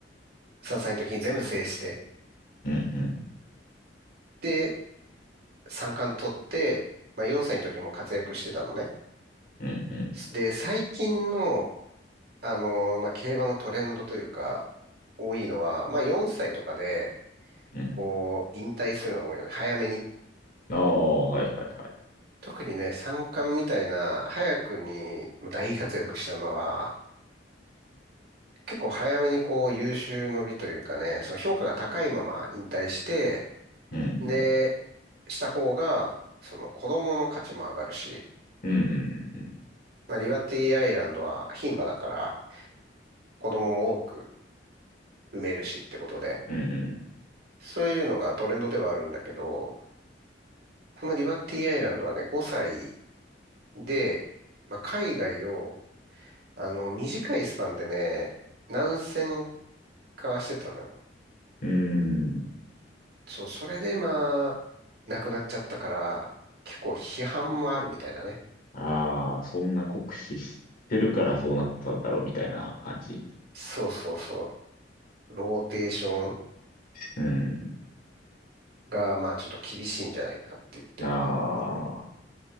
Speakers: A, on the right (about 60°); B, on the left (about 50°).
A: 3歳の時に全部制して、
B: うん
A: で、三冠取って、まあ、4歳の時も活躍してたのね。
B: うん。うんうん
A: で、最近の、あの、まあ、競馬のトレンドというか、多いのは、まあ4歳とかで、
B: うんうんうん。
A: こう、引退するのが多いので、早めに。
B: ああ、はいはい。
A: 特にね、三冠みたいな、早くに大活躍した馬は、結構早めにこう、優秀の美というかね、その評価が高いまま引退して、
B: うん
A: で、した方が、その子供の価値も上がるし、
B: うんうん
A: まあ、リバティアイランドは牝馬だから、子供も多く産めるしってことで、
B: うんうん
A: そういうのがトレンドではあるんだけど、このリバティアイランドはね、5歳で、まあ、海外を、あの、短いスパンでね、何千かしてたのよ。
B: うんうんうん。
A: そう、それでまあ、亡くなっちゃったから、結構批判もあるみたいなね。
B: ああ、そんな酷使してるからそうなったんだろうみたいな感じ。
A: そうそうそう。ローテーション
B: うん。
A: が、まあ、ちょっと厳しいんじゃないかって言って。
B: ああ、